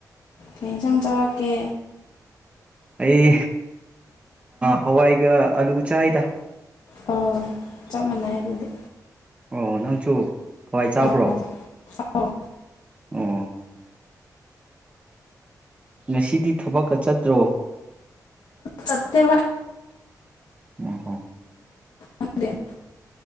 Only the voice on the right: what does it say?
ꯑꯩ ꯍꯋꯥꯏꯒ ꯑꯂꯨ ꯆꯥꯏꯗ
ꯑꯣ ꯅꯪꯁꯨ ꯍꯋꯥꯏ ꯆꯥꯕ꯭ꯔꯣ
ꯑꯣ ꯉꯁꯤꯗꯤ ꯊꯕꯛꯀ ꯆꯠꯇ꯭ꯔꯣ
ꯑꯣ ꯍꯣ